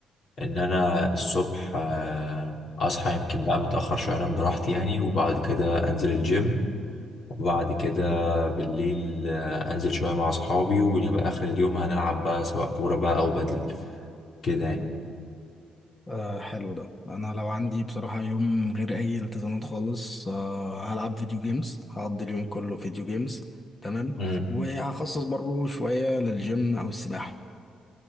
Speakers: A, on the left; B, on the left.
A: إن أنا الصبح آه، أصحى يمكن بقى متأخر شوية أنام براحتي يعني وبعد كده أنزل الجيم وبعد كده بالليل آه، أنزل شوية مع أصحابي ويبقى آخر اليوم هنلعب بقى سواء كورة بقى أو بدل كده يعني
B: آه حلو ده انا لو عندي بصراحة يوم من غير اي التزامات خالص آه هلعب فيديو جيمز هقضي اليوم كله فيديو جيمز تمام
A: مم.
B: وهخصص برضو شوية للجيم او السباحة